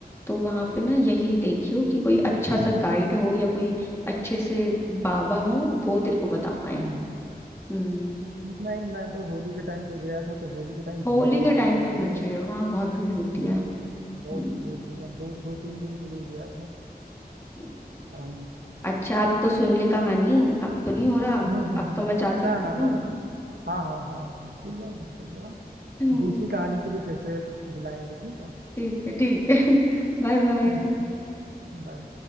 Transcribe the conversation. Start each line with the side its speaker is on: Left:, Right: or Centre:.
Left: तो वहां पे ना यही देखियो कि कोई अच्छा सा गाइड हो या कोई अच्छे से बाबा हो वो तेरे को बता पाए
Right: हाँ, हाँ।
Left: हम्म
Right: नहीं मैं तो होली के टाइम पे गया था तो होली के टाइम भीड़
Left: होली
Right: बहुत
Left: के टाइम
Right: ज्यादा होती
Left: पे मत
Right: है
Left: जाइयो वहां बहुत भीड़ होती
Right: हाँ
Left: है हम्म
Right: बहुत भीड़ होती है दो दो तीन दिन के लिए गया
Left: हम्म।
Right: था
Left: अच्छा अब तो सुन ली कहानी अब तो नहीं हो रहा
Right: हम्म हम्म
Left: अब
Right: हम्म। हम्म।
Left: तो मैं जा
Right: ना
Left: सकती
Right: ना ना
Left: हूँ
Right: ना ना हाँ हाँ हाँ हाँ, बिल्कुल यार बिल्कुल यार
Left: हम्म,
Right: दूसरी कहानी के लिए फिर से बुलाएंगे ठीक है
Left: ठीक है ठीक है <laughs> Bye bye
Right: <laughs> बाय